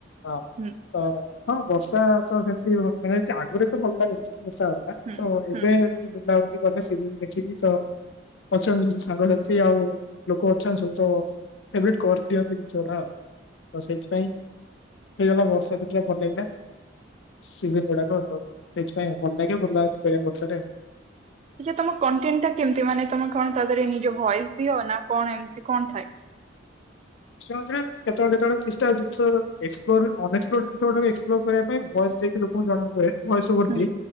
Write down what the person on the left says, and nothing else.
ହଁ
ତ ହଁ ବର୍ଷା ତ ସେମିତି <unintelligible> ଆଗରୁ ଏତେ ଭଲ ଲାଗୁନଥିଲା। ବର୍ଷା ହବଟା
ତ
ଏବେ ଯଦି ବୁଲାବୁଲି କଲେ ସିଜିନ ଦେଖିକି ତ ଅଛନ୍ତି କିଛି ସାଙ୍ଗସାଥି ଆଉ ଲୋକ ଅଛନ୍ତି ସବୁ ତ ଫେବରେଟ୍ କରିଦିଅନ୍ତି ଜିନିଷ ଗୁଡା ତ ସେଇଥିପାଇଁ। ହେଇଗଲା ବର୍ଷା ଦିନ ଭଲ ଲାଗିଲା ସିଜନ୍ ଗୁଡାକ। ତ ସେଇଥିପାଇଁ ଭଲ ଲାଗେ ବୁଲାବୁଲି କରିଆକୁ ବର୍ଷାରେ।
ଜାଣିଚ ନା କେତେଳେ କେତେବେଳେ କିଛି ଟା ଜିନିଷ ଏକ୍ସପଲୋର ଅନଏକ୍ସପ୍ଲୋର୍ସ୍ ଜିନିଷ ଗୁଡାକ ଏକ୍ସପ୍ଲୋର୍ର କରିବା ପାଇଁ ଭଏସ ଯାଇକ କି ଲୋକଙ୍କୁ ଜଣା ହୁଏ ଭଏଶୱର୍ଦୀ